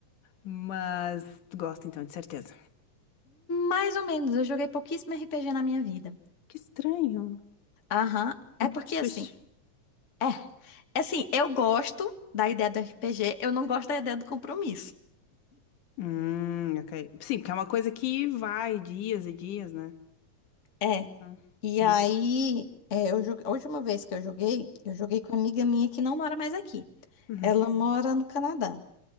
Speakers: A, on the left (about 80°); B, on the left (about 25°).
A: Mas tu gosta então, de certeza.
B: Mais ou menos, eu joguei pouquíssimo RPG na minha vida.
A: Que estranho.
B: Aham.
A: Um
B: É
A: plot
B: porque
A: twist.
B: assim, é, é assim, eu gosto da ideia do RPG, eu não gosto da ideia do compromisso.
A: Hum, ok. Sim, porque é uma coisa que vai dias e dias, né?
B: É.
A: Hum,
B: E
A: yeah.
B: aí, é, eu jogue- a última vez que eu joguei, eu joguei com uma amiga minha que não mora mais aqui.
A: Uhum.
B: Ela mora no Canadá.